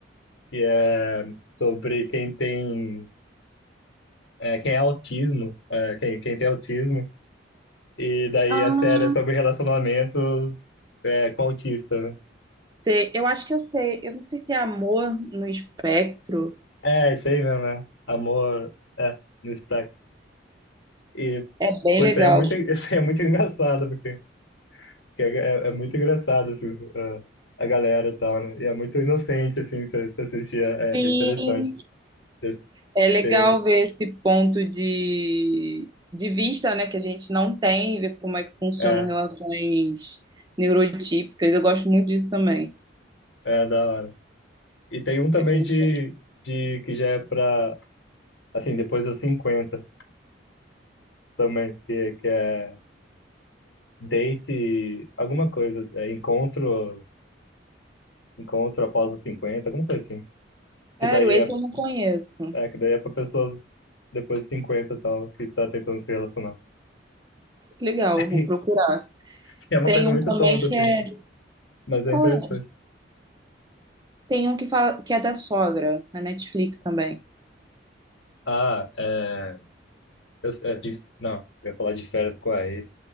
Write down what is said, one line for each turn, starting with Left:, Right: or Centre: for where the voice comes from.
Left: que é sobre quem tem. é, quem é autismo. é, quem, quem tem autismo. E daí
Right: Ah,
Left: a série é sobre relacionamento é, com autista, né?
Right: sei. Eu acho que eu sei. Eu não sei se é Amor no Espectro.
Left: É, isso aí mesmo, né? Amor, é, no sotaque. E,
Right: É bem
Left: pô,
Right: legal.
Left: isso aí é muito, <laughs> isso aí é muito engraçado, porque, porque é, é é muito engraçado, assim, a, a galera e tal, né? E é muito inocente, assim, se, se assistir, é,
Right: Sim.
Left: é interessante. Se-
Right: É legal
Left: se-
Right: ver esse ponto de, de vista, né, que a gente não tem, ver como é que funcionam
Left: é,
Right: relações neurotípicas. Eu gosto muito disso também.
Left: é da hora. E tem um também
Right: É bem
Left: de,
Right: legal.
Left: de, que já é pra, assim, depois dos 50 também, que, que é date, alguma coisa, é encontro, encontro após os 50, alguma coisa assim. Que
Right: Sério,
Left: daí
Right: esse
Left: é,
Right: eu não conheço.
Left: é, que daí é pra pessoas depois de 50 e tal, que tá tentando se relacionar.
Right: Legal,
Left: <laughs>
Right: eu vou procurar.
Left: Que é uma
Right: Tem
Left: coisa muito
Right: um também
Left: tonta,
Right: que
Left: assim,
Right: é.
Left: né? Mas é
Right: Qual
Left: interessante.
Right: é? Tem um que fala que é da sogra, na Netflix também.
Left: Ah, é. Eu, é, de- não, eu ia falar de férias com a ex.